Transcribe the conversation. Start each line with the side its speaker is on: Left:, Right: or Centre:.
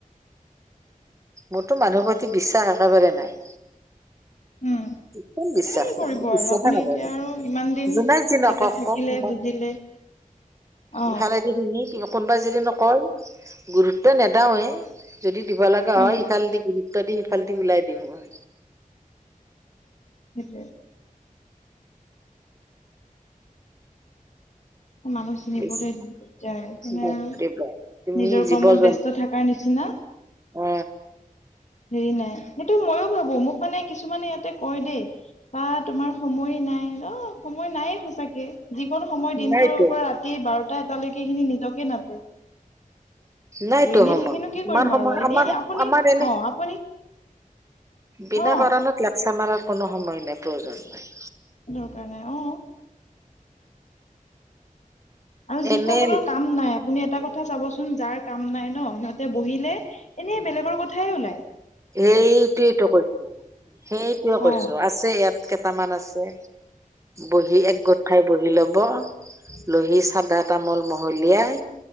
Right: মোৰতো মানুহৰ প্ৰতি বিশ্বাস একেবাৰে নাই
Left: উম
Right: কোন বিশ্বাস
Left: তেনেকে কৰিব
Right: নাই মোক বিশ্বাসে
Left: আৰু আপুনি
Right: নকৰে
Left: এতিয়া আৰু ইমান দিন
Right: যোনে
Left: ইয়াতে
Right: যি নকওক
Left: থাকিলে
Right: কওক মই
Left: বুজিলে অ
Right: ইফালেদি শিনি কিবা কোনোবাই যদি নকয় গুৰুত্ব নেদাওয়ে যদি দিব লগা
Left: উম
Right: হয় ইফালেদি গুৰুত্ব দি সিফালেদি ওলাই দিও মই
Left: সেইটোৱে মানুহ চিনিবলৈ
Right: বেছি
Left: দিগদাৰ সেনে
Right: বাপৰে
Left: আৰু
Right: বাপ তুমি
Left: নিজৰ
Right: জীৱ
Left: কৰ্মত
Right: জন্তু
Left: ব্যস্ত থকাৰ নিচিনা
Right: অ
Left: হেৰি নাই সেইটো মইয়ো ভাবো মোক মানে কিছুমানে ইয়াতে কয় দেই বা তোমাৰ সময় নাই ন সময় নায়েই সু তাকে যিকন সময় দিনটোৰ
Right: নাইতো
Left: পৰা ৰাতি বাৰটা এটালৈকে এইখিনি নিজকে নাতে
Right: নাইতো
Left: আৰু এনেই
Right: সময়
Left: থাকিনো কি
Right: আমাৰ
Left: কৰিম
Right: সময়
Left: আৰু এ
Right: আমাৰ
Left: আপুনি
Right: আমাৰে
Left: অ আপুনি
Right: বিনা
Left: অ
Right: কাৰণত ক্লাপছা মাৰাৰ কোনো সময় নাই প্ৰয়োজন নাই
Left: দৰকাৰ নাই অ আৰু যি
Right: এনে
Left: সকলৰ কাম নাই আপুনি এটা কথা চাব চোন যাৰ কাম নাই ন সিহঁতে বহিলে এনেই বেলেগৰ কথাই ওলায়
Right: সেইটোৱেটো কৈছো সেইটোৱে কৈছো
Left: অ
Right: আছে ইয়াত কেইটামান আছে বহি একগোট খাই বহি লব
Left: উম
Right: মলি চাদা এটা মল মহলিয়াই